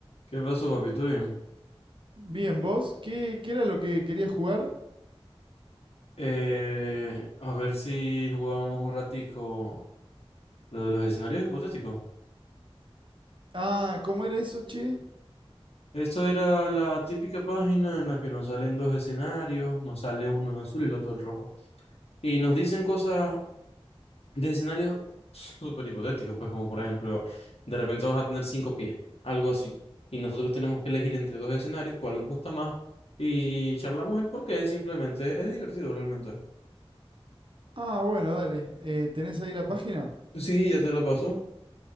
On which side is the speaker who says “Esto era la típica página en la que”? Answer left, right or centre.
Left